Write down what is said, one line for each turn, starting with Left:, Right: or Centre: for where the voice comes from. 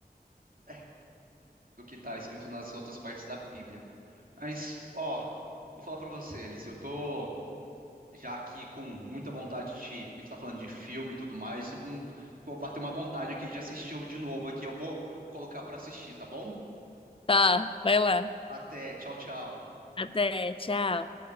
Right: é, do que tá escrito nas outras partes da Bíblia. Mas, ó, vou falar pra você, Alice, eu tô já aqui com muita vontade de, a gente tá falando de filme e tudo mais, tô com, vou bater uma vontade aqui de assistir de novo aqui, eu vou colocar pra assistir, tá bom?
Left: Tá, vai lá.
Right: Até, tchau, tchau.
Left: Até, tchau.